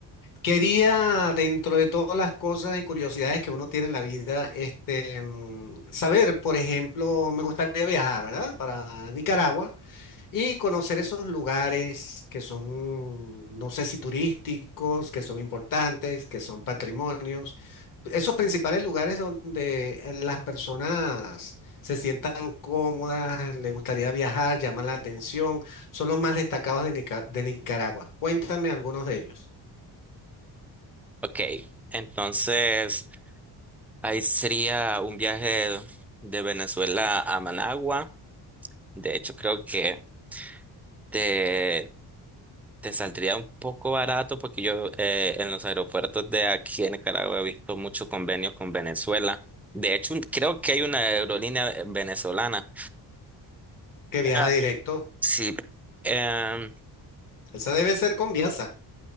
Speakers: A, on the left (about 50°); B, in the centre.
A: Quería, dentro de todas las cosas y curiosidades que uno tiene en la vida, este, mm, saber, por ejemplo, me gustaría viajar, ¿verdad? Para Nicaragua. Y conocer esos lugares que son, no sé si turísticos, que son importantes, que son patrimonios, esos principales lugares donde eh, las personas se sientan cómodas, les gustaría viajar, llaman la atención, son los más destacados de, Nica- de Nicaragua. Cuéntame algunos de ellos.
B: Ok, entonces ahí sería un viaje de Venezuela a Managua. De hecho, creo que te, te saldría un poco barato porque yo eh, en los aeropuertos de aquí en Nicaragua he visto mucho convenio con Venezuela. De hecho, un- creo que hay una aerolínea eh, venezolana.
A: Que viaja
B: Ah.
A: directo.
B: Sí. em,
A: Esa debe ser con Viasa.